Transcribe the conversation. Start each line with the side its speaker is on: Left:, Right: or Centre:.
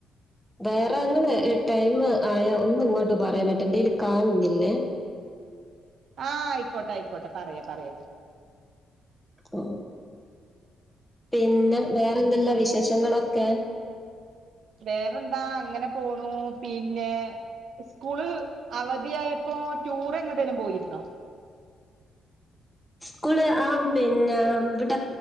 Centre: വേറെ അങ്ങനെ ടൈമ് ആയാ ഒന്നും ഇങ്ങോട്ട് പറയാനായിട്ട് എന്റെല് കാണുന്നില്ലേ.
Right: ആഹ് ആയിക്കോട്ടെ, ആയിക്കോട്ടെ പറയാ, പറയാ.
Centre: ഓ പിന്നെ വേറെന്തല്ലാ വിശേഷങ്ങളൊക്കെ.
Right: വേറെന്താ അങ്ങനെ പോണു. പിന്നെ ഇസ്കൂള് അവധിയായപ്പോ ടൂറ് എങ്ങടെലും പോയിരുന്നോ?
Centre: സ്കൂള് ആ പിന്ന ഇവിട